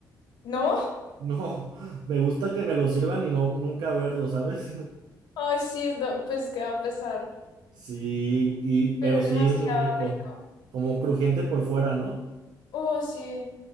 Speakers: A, on the left (about 75°); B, on the right (about 75°).
A: ¿No?
B: No, <laughs> me gusta que me lo sirvan y no nunca verlo, ¿sabes? <laughs>
A: Ay, sí, es do- pues queda a pesar,
B: Sí, y pero
A: pero es
B: sí
A: demasiado
B: es muy rico.
A: rico.
B: Como crujiente por fuera, ¿no?
A: Oh, sí,